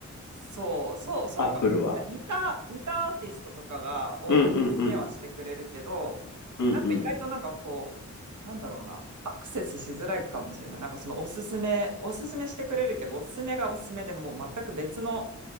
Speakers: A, on the right; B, on the left.
A: そう、そう、そうかも。
B: Apple は。
A: 似た、似たアーティストとかが、をおすすめはしてくれるけど、
B: うんうんうん。うんうん。
A: なんか意外となんかこう、なんだろうな、アクセスしづらいかもしれない。なんかそのおすすめ、おすすめしてくれるけど、おすすめがおすすめでもう全く別の